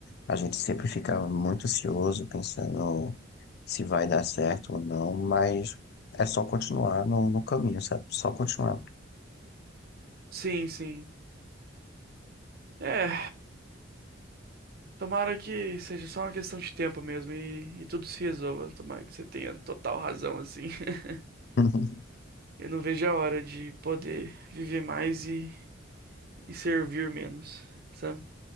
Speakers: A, on the left; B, on the right.
A: a gente sempre fica muito ansioso pensando se vai dar certo ou não, mas é só continuar no, no caminho, sabe? Só continuar.
B: Sim, sim. É, tomara que seja só uma questão de tempo mesmo e, e tudo se resolva. Tomara que você tenha total razão, assim. <laughs>
A: <laughs>
B: Eu não vejo a hora de poder viver mais e, e servir menos, sabe?